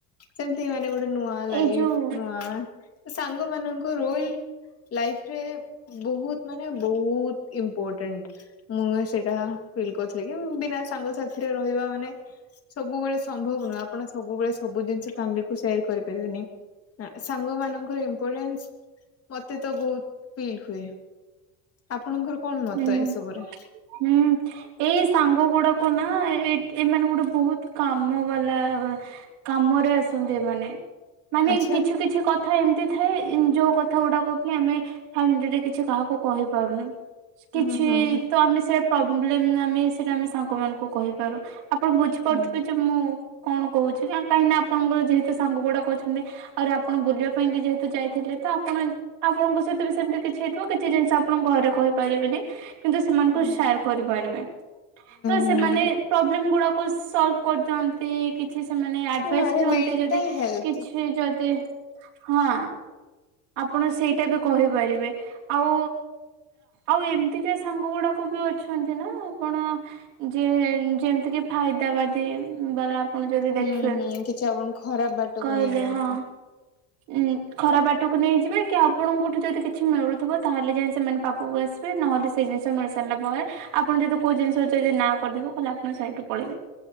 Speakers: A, on the left; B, on the right.
A: ସେମ୍ତି ମାନେ ଗୋଟେ ନୂଆ ଲାଇଫ୍
B: ଏଇ ଯୋଉ
A: ନୂଆ ସାଙ୍ଗ ମାନଙ୍କୁ ରୋଇଲ୍ ଲାଇଫ୍ରେ ବୋହୁତ୍ ମାନେ ବୋହୁତ୍ ଇମ୍ପୋର୍ଟାଣ୍ଟ୍। ମୁଁ ସେଇଟା ଫିଲ୍ କରଥିଲି କି ବିନା ସାଙ୍ଗ ସାଥିରେ ରହିବା ମାନେ ସବୁବେଳେ ସ୍ ସମ୍ଭବ ନୁହଁ ଆପଣ ସବୁବେଳେ ସବୁ ଜିନିଷ ଫ୍ୟାମିଲି କୁ ସେୟାର କରିପାରିବେନି। ସାଙ୍ଗ ମାନଙ୍କର ଇମ୍ପୋର୍ଟାନ୍ସ ମତେ ତ ବହୁତ ଫିଲ୍ ହୁଏ। ଆପଣଙ୍କର କଣ ମତ
B: ହୁଁ
A: ଏସବୁରେ।
B: ହୁଁ। ଏଇ ସାଙ୍ଗ ଗୁଡାକ ନା ଏ ଏମାନେ ଗୋଟେ ବହୁତ କାମ ବାଲା। କାମରେ ଆସନ୍ତି ମାନେ ମାନେ
A: ଆଚ୍ଛା
B: କିଛୁ କି କିଛି କଥା ଏମ୍ତି ଥାଏ ଯୋଉ କଥା ଗୁଡାକ କି ଆମେ ଫ୍ୟାମିଲିରେ କିଛି କାହାକୁ କହି ପାରୁନୁ କିଛି
A: ହୁଁ ହୁଁ
B: ତ ଆମେ ସେଇଟା ପ୍ରୋବ୍ଲେମ୍ ଆମେ ସେଇଟା ଆମେ ସାଙ୍ଗମାନଙ୍କୁ କହିପାରୁ। ଆପଣ ବୁଝିପାରୁଥିବେ
A: ହୁଁ।
B: ଯେ ମୁଁ କଣ କହୁଛି କାହିଁକି ନା ଆପଣଙ୍କର ଯେହେତୁ ସାଙ୍ଗ ଗୁଡାକ ଅଛନ୍ତି। ଆହୁରି ଆପଣ ବୁଲିବା ପାଇଁ ଯେହେତୁ ଯାଇଥିଲେ ତ ଆପଣ ଆପଣଙ୍କ ସହିତ ବି ସେମିତି କିଛି ହେଇଥିବ କିଛି ଜିନିଷ ଆପଣଙ୍କ ଘରେ କହିପାରିବେନି କିନ୍ତୁ ସେୟାର୍
A: ହୁଁ
B: କରିପାରିବେ ତ
A: ହୁଁ
B: ସେମାନେ ପ୍ରୋବ୍ଲେମ ଗୁଡାକୁ ସଲ୍ଭ କରିଦିଅନ୍ତି କି ଛି ସେମାନେ ଆଡ୍ଭାଇସ୍
A: ମାନେ
B: ଦିଅନ୍ତି
A: ମେଣ୍ଟାଲ
B: ଯଦି
A: ହେଲ୍ଥ।
B: କିଛି ଯଦି ହଁ। ଆପଣ ସେଇଟା ବି କହିପାରିବେ ଆଉ। ଆଉ ଏମ୍ତିକା ସାଙ୍ଗ ଗୁଡାକ ବି ଅଛନ୍ତି ନା ଆପଣ ଯେ ଯେମ୍ତି କି ଫାଇଦା ବାଦୀ ବାଲା। ପୁଣି ଯଦି ଦେଖିବେ
A: ହୁଁ ହୁଁ କିଛି ଆପଣଙ୍କୁ ଖରାପ ବାଟକୁ
B: କହିଲେ
A: ନେଇଯାଆନ୍ତି।
B: ହଁ ଉଁ ଖରାପ୍ ଟକୁ ନେଇଯିବେ କି ଆପଣଙ୍କଠୁ ଯଦି କିଛି ମିଳୁଥିବ ତାହେଲେ ଯାଇ ସେମାନେ ପାଖକୁ ଆସିବେ ନହେଲେ ସେ ସେଇ ଜିନିଷ ମିଳି ସାରିଲା ପରେ ଆପଣ ଯଦି କୋଉ ଜିନିଷ ଯଦି ନାଁ କରିଦେବେ ତାହାଲେ ଆପଣ ସେଇଠୁ ପଳେଇବେ।